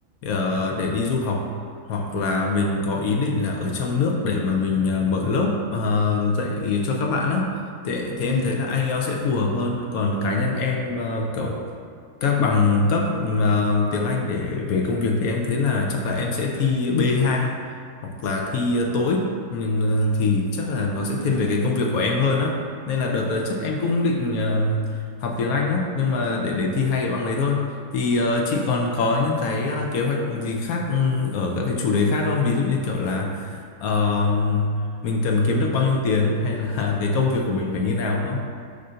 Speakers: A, on the left; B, on the right.
A: ờ, để đi du học hoặc là mình có ý định là ở trong nước để mà mình ờ, mở lớp ờ, dạy cho các bạn á Thế, thì
B: ừ
A: em thấy là IELTS sẽ phù hợp hơn còn cá nhân em ờ, kiểu các bằng cấp mà tiếng Anh để về công việc thì em thấy là chắc là em sẽ thi B2 hoặc là thi ờ, TOEIC nhưng ờ, thì chắc là nó sẽ
B: ừ
A: thiên về cái công việc của em hơn á nên là đợt
B: ừ
A: tới chắc em cũng định ờ, học tiếng Anh á nhưng mà để để thi hai cái bằng đấy thôi thì ờ, chị còn có những cái ờ, kế hoạch gì khác ừ, ở các cái chủ đề khác không ví dụ như kiểu là ờ, mình cần kiếm được bao nhiêu tiền hay là <laughs> cái công việc của mình phải như nào không